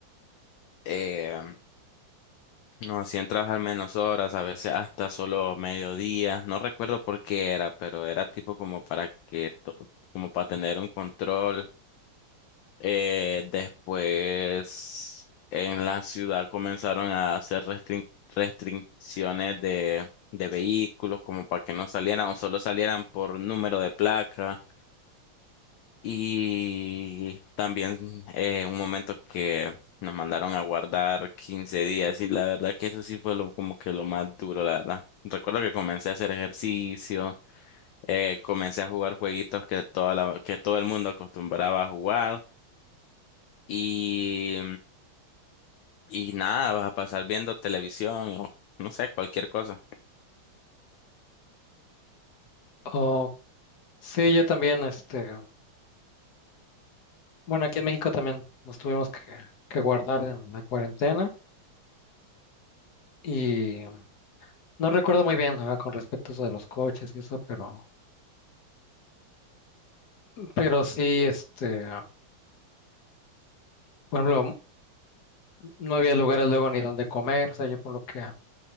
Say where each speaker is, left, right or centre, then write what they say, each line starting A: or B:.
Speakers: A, on the left; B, on the left.
A: eh, nos hacían trabajar menos horas, a veces hasta solo mediodía, no recuerdo por qué era, pero era tipo como para que, to- como para tener un control. Eh, después en la ciudad comenzaron a hacer restrin- restricciones de, de vehículos como para que no salieran o solo salieran por número de placa. Y también eh, un momento que nos mandaron a guardar quince días y la verdad que eso sí fue lo, como que lo más duro, la verdad. Recuerdo que comencé a hacer ejercicio, eh, comencé a jugar jueguitos que, toda la- que todo el mundo acostumbraba a jugar. Y Y nada, vas a pasar viendo televisión o no sé, cualquier cosa.
B: O sí, yo también, este, bueno, aquí en México también nos tuvimos que, que guardar en la cuarentena y no recuerdo muy bien, ah, con respecto a eso de los coches y eso, pero, pero sí, este, por ejemplo, no había lugares luego ni donde comer, o sea, yo por lo que